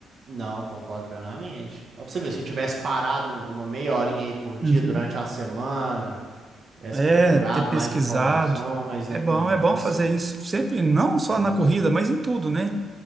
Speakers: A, on the right (about 40°); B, on the right (about 20°).
A: Não, concordo plenamente. Ó, Pra você ver, se eu tivesse parado um, uma meia horinha aí por dia
B: Uhum.
A: durante uma semana, tivesse
B: É,
A: procurado
B: ter pesquisado.
A: mais informações,
B: É
A: né?
B: bom,
A: E
B: é bom
A: Isso,
B: fazer isso sempre, não só
A: e
B: na corrida,
A: isso.
B: mas em tudo, né?